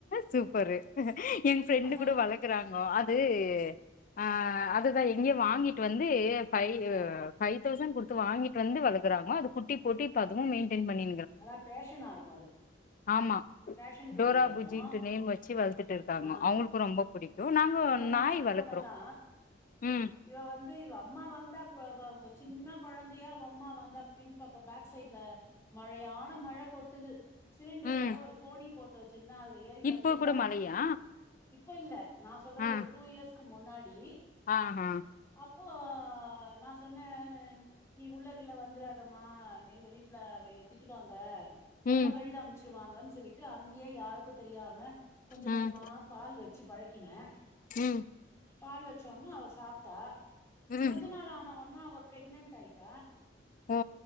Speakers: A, on the left; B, on the left.
A: சூப்பரு எங்க ஃப்ரெண்டு
B: ஆ
A: கூட வளர்க்கறாங்கோ அது ஆ அதுதான் எங்கயோ வாங்கிட்டு வந்து ஃபைவ்
B: ஆ
A: ஃபைவ் தௌசண் குடுத் து வாங்கிட்டு வந்து வளக்குறாங்க அது குட்டி போட்டு இப்ப அதுவும் மெயின்டேன் பண்ணி
B: அதான் பேஷனா இருக்கும் அது
A: ஆமா
B: ஃபேஷன் குட்டியா
A: டோரா
B: இருக்கும்
A: புஜின்ட்டு நேம் வச்சு வளர்த்துட்டு இருக்காங்கோ
B: ஆ ஆ
A: அவங்களுக்கும் ரொம்ப பிடிக்கும் நாங்க
B: இவா
A: நாய்
B: நாட்டு
A: வளர்க்குறோம்
B: பூனைதா
A: ம்
B: இவா வந்து இவா அம்மா வந்து அப்ப வ வ சின்ன கொழந்தையா அவா அம்மா வந்தா பின்பக்கம் பேக்சைட்ல மழையான மழ கொட்டுது சிலிண்டர் மேல
A: ம்
B: ஒரு கோணி போட்டு வச் சின்னா அதுல ஏறி படுத்துன்டா
A: இப்போ கூட மழையா
B: இப்ப இல்ல நா சொல்றது
A: ஆ
B: ஒரு டூ இயர்ஸ்க்கு முன்னாடி
A: ஆ ஆ
B: அப்போ நா சொன்ன நீ உள்ளகிள்ள வந்துராதம்மா எங்க வீட்டுல அவ திட்டுவாங்க
A: ம்
B: என்ன வெளில அனுப்ச்சிருவாங்கன்னு சொல்லிட்டு அங்கயே யாருக்கும் தெரியாம கொஞ்ச
A: ம்
B: கொஞ்சமா பால் வச்சு பழக்கினேன்
A: ம்
B: பால் வச்ச ஒன்னே அவா சாப்ட்டா
A: ம்
B: கொஞ்ச நாள் ஆனவோன்ன அவா ப்ரெக்னென்ட் ஆயிட்டா
A: ஓ